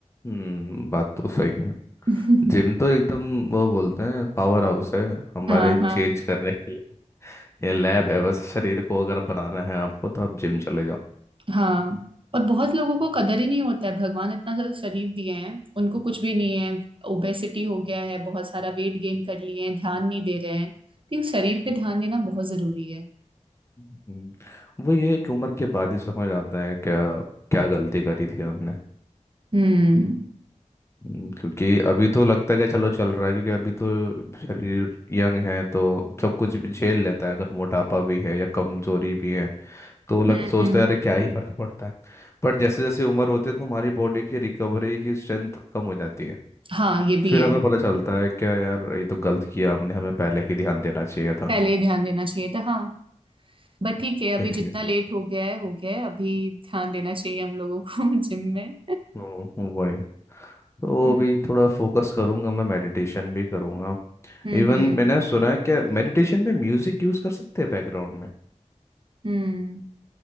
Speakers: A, on the left; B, on the right.
A: हम्म बात तो सही है
B: <laughs>
A: जिम तो एकदम वो बोलते हैं पावर हाउस है हमारे
B: हाँ हाँ
A: चेंज करने के लिए ये लैब है बस शरीर को अगर बनाना है आपको तो आप जिम चले जाओ
B: हाँ और बहुत लोगों को कदर ही नहीं होता है भगवान इतना सारा शरीर दिए हैं उनको कुछ भी नहीं है ओबेसिटी हो गया है बहुत सारा वेट गेन कर लिए हैं ध्यान नहीं दे रहे हैं तो शरीर पे ध्यान देना बहुत जरूरी है
A: हम्म, वो ये एक उम्र के बाद ही समझ आता है क्या क्या गलती करी थी हमने
B: हम्म
A: हम्म, क्योंकि अभी तो लगता है कि चलो चल रहा है क्योंकि अभी तो शरीर यंग है तो सब कुछ भी झेल लेता है अगर मोटापा भी है या कमजोरी भी है तो लग
B: हम्म
A: सोचता
B: हम्म।
A: है अरे क्या ही फर्क पड़ता है बट जैसे जैसे उम्र होती है तो हमारी बॉडी की रिकवरी की स्ट्रेंथ कम हो जाती है
B: हाँ ये भी
A: फिर
B: है
A: हमें पता चलता है क्या यार ये तो गलत किया हमने हमें पहले ही ध्यान देना चाहिए था
B: पहले ही ध्यान देना चाहिए था हाँ बट ठीक है
A: देखिए
B: अभी जितना लेट हो गया है हो गया है अभी ध्यान देना चाहिए हम लोगों को <laughs> जिम में
A: हम्म, वही तो
B: हम्म
A: अभी थोड़ा फोकस करूंगा मैं मेडिटेशन भी करूंगा
B: हम्म
A: इवन
B: हम्म
A: मैंने सुना है कि मेडिटेशन में म्यूजिक यूज कर सकते हैं बैकग्राउंड
B: हम्म